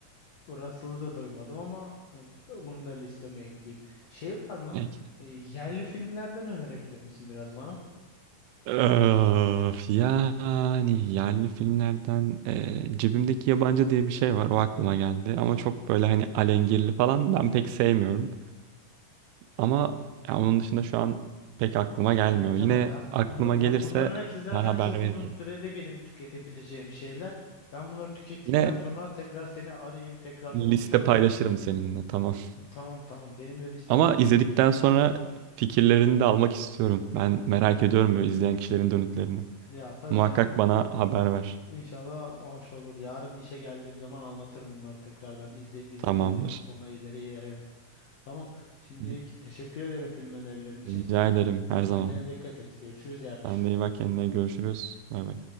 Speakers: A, on the left (about 70°); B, on the right (about 85°).
A: Russell'ı da duymadım ama e, bunu da listeme ekleyeyim. Şey var mı?
B: Peki.
A: E, yerli filmlerden önerebilir misin biraz bana?
B: Öf, yani yerli filmlerden e, cebimdeki yabancı diye bir şey var. O aklıma geldi. Ama çok böyle hani alengirli falan ben pek sevmiyorum. Ama ya onun dışında şu an pek aklıma gelmiyor.
A: İyi, tamam
B: Yine
A: ben
B: aklıma
A: bunla, ya
B: gelirse
A: bunların hepsi zaten
B: ben haber
A: çok
B: veririm.
A: uzun sürede benim tüketebileceğim şeyler. Ben bunları tükettikten
B: Yine
A: sonra tekrar seni arayayım, tekrar
B: liste
A: konuşalım.
B: paylaşırım seninle. Tamam.
A: Tamam tamam benimle liste
B: Ama
A: e,
B: izledikten sonra fikirlerini de almak istiyorum. Ben merak ediyorum böyle izleyen kişilerin dönütlerini.
A: ya tabii
B: Muhakkak
A: canım
B: bana haber ver.
A: İnşallah hoş olur. Yarın işe geldiğim zaman anlatırım bunları tekrardan. İzleyip izlemediğimi
B: Tamamdır.
A: sonra ileriye yayarım. Tamam. Şimdilik
B: Hı.
A: teşekkür ederim film önerilerin için.
B: Rica ederim her zaman.
A: Kendine dikkat et. Görüşürüz yarın işte.
B: Sen de iyi bak kendine. Görüşürüz. Bay bay.